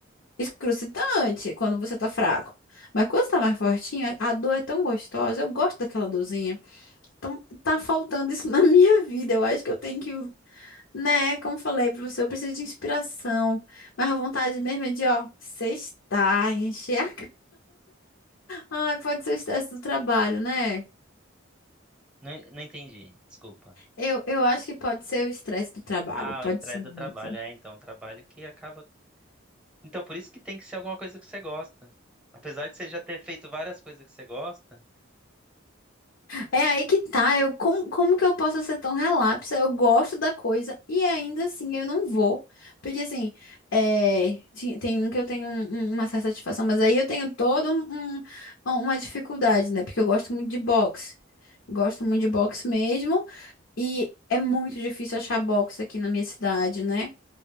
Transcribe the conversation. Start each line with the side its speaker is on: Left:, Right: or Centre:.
Left: excrucitante quando você tá fraco. Mas quando você tá mais fortinho, a a dor é tão gostosa. Eu gosto daquela dorzinha. Então tá faltando isso <laughs> na minha vida. Eu acho que eu tenho que, né, como falei pra você, eu preciso de inspiração. Mas a vontade mesmo é de, ó, sextar, encher a Ai, pode ser o estresse do trabalho, né?
Centre: Não, não entendi, desculpa.
Left: Eu, eu acho que pode ser o estresse do trabalho,
Centre: Ah,
Left: pode
Centre: o estresse
Left: ser
Centre: do trabalho,
Left: isso.
Centre: é, então, um trabalho que acaba. Então, por isso que tem que ser alguma coisa que você gosta. Apesar de você já ter feito várias coisas que você gosta,
Left: É aí que tá, eu, como, como que eu posso ser tão relapsa? Eu gosto da coisa e ainda assim eu não vou. Porque assim, é, ti- tem um que eu tenho um- um- uma certa satisfação, mas aí eu tenho toda um, um- um, uma dificuldade, né? Porque eu gosto muito de boxe. Gosto muito de boxe mesmo e é muito difícil achar boxe aqui na minha cidade, né?